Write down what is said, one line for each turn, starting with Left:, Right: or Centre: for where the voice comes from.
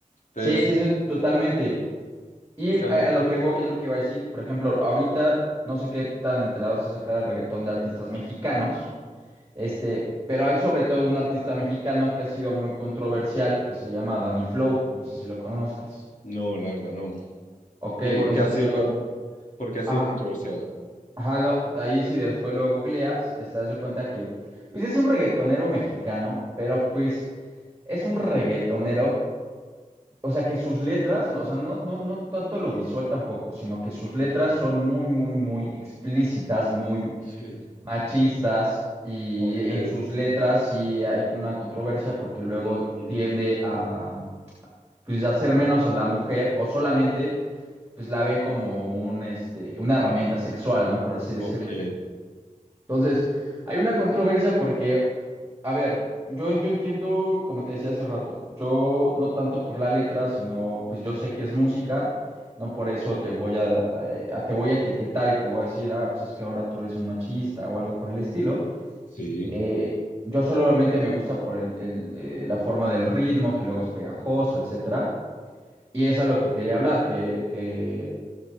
Right: Sí,
Left: Entonces,
Right: sí, sí, totalmente. Y
Left: o sea,
Right: a,
Left: la-
Right: a lo que voy es lo que iba a decir, por ejemplo, ahorita no sé qué tan enterados estás acá del reggaetón de artistas mexicanos. Este, pero hay sobre todo un artista mexicano que ha sido muy controversial, que se llama Danny Flow, no sé si lo conozcas.
Left: no, la verdad, no.
Right: Ok,
Left: ¿Y por
Right: no
Left: qué
Right: sé
Left: ha sido
Right: si lo...
Left: Porque ha sido
Right: Ajá,
Left: controversial.
Right: ajá, no, ahí sí después lo googleas, estás de cuenta que, pues es un reggaetonero mexicano, pero pues es un reggaetonero, o sea que sus letras, no, o sea, no, no, no tanto lo visual tampoco, sino que sus letras son muy, muy, muy explícitas, muy
Left: Sí,
Right: machistas y
Left: Ok.
Right: en sus letras sí hay una controversia porque luego
Left: Mm,
Right: tiende a pues hacer menos a la mujer o solamente pues la ve como un este una herramienta sexual, ¿no? Por así decirlo.
Left: ok.
Right: Entonces, hay una controversia porque, a ver, yo, yo entiendo, como te decía hace rato, yo no tanto por la letra, sino pues yo sé que es música. No por eso te voy a, a- te voy a etiquetar y te voy a decir, ah, pues es que ahora tú eres un machista o algo por el estilo.
Left: Sí.
Right: Eh, yo solamente me gusta por el, el, eh, la forma del ritmo, que luego es pegajoso, etcétera. Y es a lo que quería hablar, que, que